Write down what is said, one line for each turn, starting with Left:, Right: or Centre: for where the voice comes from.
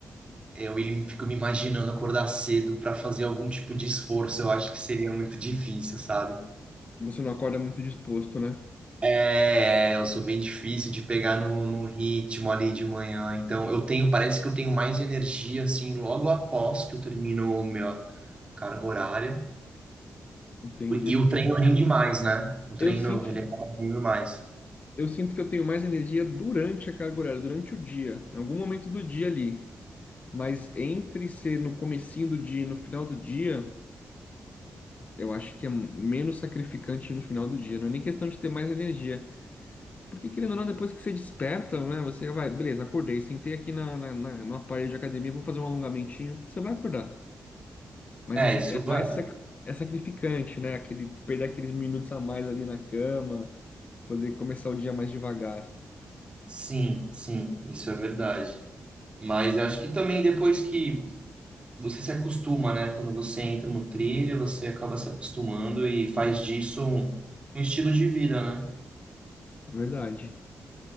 Right: Eu im- fico me imaginando acordar cedo para fazer algum tipo de esforço. Eu acho que seria muito difícil, sabe?
Left: você não acorda muito disposto, né?
Right: É, é, eu sou bem difícil de pegar no, no ritmo ali de manhã. Então, eu tenho, parece que eu tenho mais energia assim logo após que eu termino o meu carga horária.
Left: Entendi.
Right: E o treino rende mais, né? O treino,
Left: Eu sinto,
Right: ele acaba rendendo mais.
Left: eu sinto que eu tenho mais energia durante a carga horária, durante o dia, em algum momento do dia ali. Mas entre ser no comecinho do dia e no final do dia, eu acho que é menos sacrificante no final do dia. Não é nem questão de ter mais energia. Porque querendo ou não, depois que você desperta, né? Você vai, beleza, acordei, sentei aqui na, na, na, no aparelho de academia, vou fazer um alongamentinho, você vai acordar. Mas
Right: É,
Left: essa
Right: isso
Left: é mais
Right: é.
Left: sac- é sacrificante, né? Aquele, perder aqueles minutos a mais ali na cama, poder começar o dia mais devagar.
Right: Sim, sim, isso é verdade. Mas eu acho que também depois que você se acostuma, né? Quando você entra no trilho, você acaba se acostumando e faz disso um, um estilo de vida, né?
Left: Verdade.